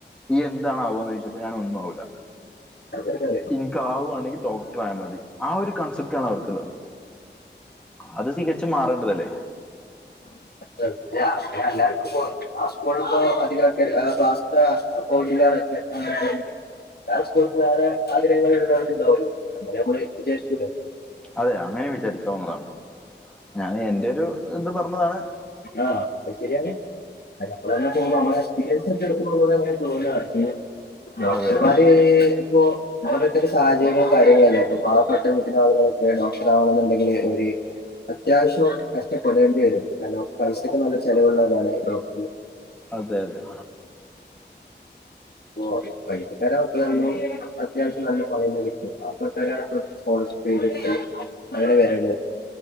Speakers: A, in the centre; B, on the left (about 60°).
A: എന്താണ് ആകുവാന്ന് ചോദിച്ചപ്പോ ഞാൻ ഒന്നും ആവൂല
B: <unintelligible>
A: ഇനിക്കാവുവാണെങ്കി ഡോക്ടറായാ മതി ആ ഒരു കൺസെപ്റ്റാണ് അവർക്കുള്ളത് അത് തികച്ചും മാറേണ്ടതല്ലേ
B: <unintelligible> ജ്ജ. പിന്നെ എല്ലാർക്കും ഇപ്പോ ആ സ്കൂളില് ഇപ്പോ അധികം ആൾക്കാര് <unintelligible> വേറെ സ്കൂളിൽ പോയാ വേറെ ആഗ്രഹങ്ങൾ ഉണ്ടാവല്ലോ അങ്ങനെ നമ്മള് വിചാരിച്ചൂടെ
A: അതെ അങ്ങനെ വിചാരിക്കാവുന്നതാണ് ഞാന് എന്റെരു ത് പർഞ്ഞതാണ്.
B: ആഹ് അത് ശരിയാണ് നമ്മൾ അങ്ങനെ പോകുമ്പോ നമ്മളെ എക്സ്പീരിയൻസ് വച്ച് എടുക്കുമ്പോ നമ്മക്ക് അങ്ങനെ തോന്നാ ഡോക്ടർമാര്
A: അതെ
B: പീ പൊ ഓരോര്ത്തര സാഹചര്യങ്ങളും കാര്യങ്ങളല്ലെ പ്പ പാവപ്പെട്ട വീട്ടിലാളുകളൊക്കെ ഡോക്ടറാവുന്നുണ്ടെങ്കില് ഒര്. അത്യാവശ്യം കഷ്ടപ്പെടേണ്ടി വരും കാരണം പൈസക്ക് നല്ല ചെലവുള്ളതാണ് ഡോക്
A: അതെ അതെ.
B: ഓഹ് പൈസക്കാരെ മക്കൾ എന്നും അത്യാവശ്യം നല്ല പണി തന്നെ കിട്ടും പാവപ്പെട്ടോര് <unintelligible> അങ്ങനെ വരട്